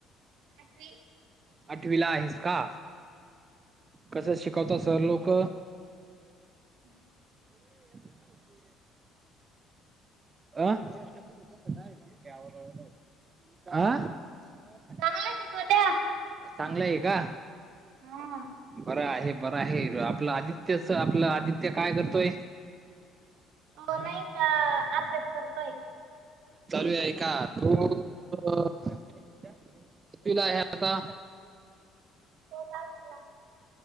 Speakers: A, on the right; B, on the right.
A: आठवी.
B: आठवीला आहेस का. कस शिकवता सर लोक
A: <unintelligible>
B: <unintelligible> अ आ.
A: चांगला शिकवता.
B: चांगलं आहे का?
A: हा
B: बर आहे. बर आहे आपलं आदित्यच आपलं आदित्य काय करतोय.
A: हो नाही का अभ्यास करतोय.
B: ते आहे का. तो कितवीला आहे आता.
A: तो दहावीला